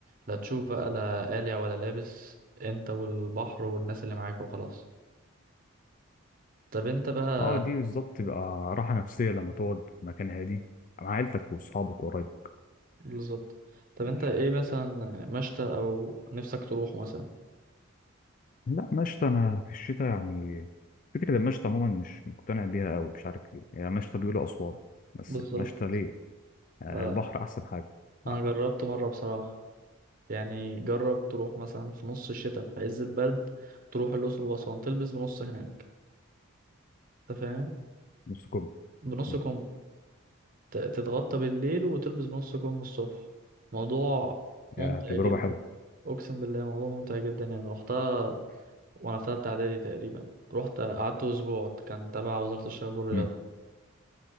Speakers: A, on the right; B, on the left.
A: لا تشوف بقى لا قالع ولا لابس أنت والبحر والناس اللي معاك وخلاص طب أنت بقى
B: اه دي بالظبط تبقى راحه نفسيه لما تقعد في مكان هادي مع عيلتك واصحابك وقرايبك
A: بالظبط طب انت
B: ماشي.
A: ايه مثلا مشتى او نفسك تروحه مثلا
B: لا مشتى انا في الشتاء يعني فكره المشتى عموما مش مقتنع بيها قوي مش عارف ليه هي مشتى بيقولوا اسوان بس
A: بالظبط
B: المشتى ليه آه،
A: لا
B: البحر احسن حاجه
A: انا
B: آه،
A: جربت مره بصراحه يعني جرب تروح مثلا في نص الشتاء في عز البرد تروح الاقصر واسوان تلبس بنص هناك انت فاهم
B: نص كوب
A: بنص
B: مم.
A: كم ت- تتغطى بالليل وتلبس بنص كم الصبح موضوع ممتع
B: يا تجربه
A: جدا
B: حلوه
A: اقسم بالله موضوع ممتع جدا يعني رحتها وانا في ثالثه اعدادي تقريبا رحت قعدت اسبوع كان تبع وزاره الشباب والرياضه
B: مم.